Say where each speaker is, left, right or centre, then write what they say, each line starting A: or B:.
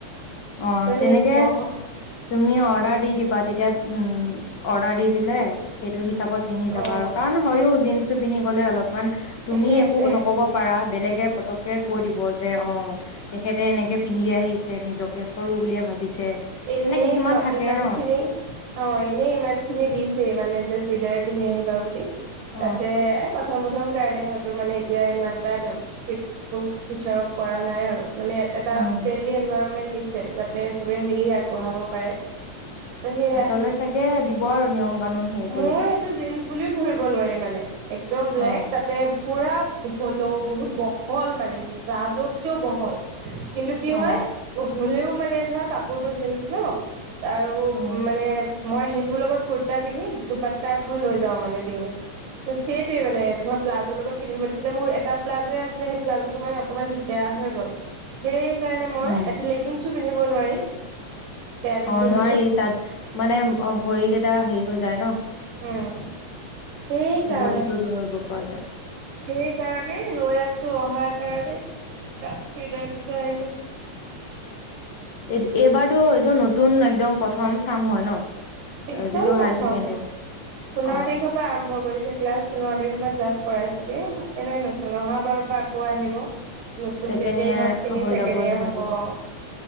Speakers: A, on the left (about 50°); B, on the right (about 75°).
A: অ
B: ত'
A: তেনেকে
B: সেই বহ
A: তুমি অৰ্ডাৰ দি দিবা তেতিয়া উম অৰ্ডাৰ দি দিলে টো হিচাপত পিন্ধি যাবা
B: অ'
A: আৰু কাৰণ হয় জিনছটো পিন্ধি গ'লে অলপমান তুমি
B: সেইটোৱে
A: একো নকব পাৰা বেলেগে প কৈ দিব যে অ তেখেতে এনেকে পিন্ধি আহিছে নিজকে সৰু বুলিয়ে ভাবিছে
B: এনে
A: মানে কিছুমান
B: ক
A: থাকে
B: ইমান
A: ন
B: খিনি অ এনে ইমান খিনি দিছেই মানে চুৰিদাৰ পিন্ধি আহিবা বুলি
A: অ
B: তাতে এ প্ৰথম প্ৰথম প্ৰথম কাৰণে হয়তো মানে এতিয়া ইমান এটা টা ষ্ট্ৰিক্ টিচাৰক কৰা নাই আৰু মানে এটা
A: উম
B: ফ্ৰেণ্ডলি এনভাইৰনমেন্ট দিছে যাতে সবে মিলি আগবঢ়াব পাৰে ত' সেয়া
A: পাছলে চাগে দিব আৰু নিয়ম কানুন হেৰি কৰিব
B: মোৰ সেইটো জীনছ বুলিও ধৰিব নোৱাৰি মানে একদম ব্লেক
A: অ
B: তাতে পুৰা বহলেও বহুত বহল মানে সি প্লাজতকেও বহল কিন্তু কি
A: অ
B: হয় হ'লেও মানে ধৰা‌ কাপোৰটো জিনচ ন আৰু
A: অ
B: মানে মই সেইটোৰ লগত কূৰ্তা পিন্ধি দুপাতটা এখন লৈ যাওঁ মানে ডিঙিত ত সেইটোৱে মানে ধৰ প্লা জ লগত পিন্ধিব দিছিলে মোৰ এটা প্লাজোয়ে আছিলে সেই প্লাজোটো মানে অকনমান বেয়া হৈ গ'ল সেই ইয়াৰ কাৰনে মই
A: উম
B: এটি লেগীনচো পিন্ধিব নোৱাৰি বেয়া দেখি
A: অ নোৱাৰি
B: হয়তো
A: তাত মানে অ ভৰি কেইটা টা হেৰি হৈ যায় ন
B: উম সেই কাৰণে
A: বডিটো
B: সেই
A: ধৰিব পৰা যায়
B: সেইকাৰণে ৰৈ আছো অহাৰ কাৰণে চুৰিদাৰ কেইযোৰ আহিলে পিন্ধি যাম
A: এইবাৰতো একদম নতুন একদম প্ৰথ ম চাম হয় ন
B: একদম
A: যিটো
B: প্ৰথম
A: হায়াৰ ছেকেণ্ডাৰী
B: পোন্ধৰ
A: অ
B: তাৰিখৰ পৰা আৰম্ভ কৰিছে ক্লাছ পোন্ধৰ তাৰিখ মই ক্লাছ কৰাইছোগে একেবাৰে নতুন অহা বাৰৰ পৰা আকৌ আহিব নতুন
A: ছেকেণ্ড
B: তেতিয়া
A: ইয়োৰ
B: ইহঁত খিনি
A: হৈ
B: ছেকেণ্ড
A: যাব
B: ইয়েৰ
A: ইহতি
B: হ'ব অ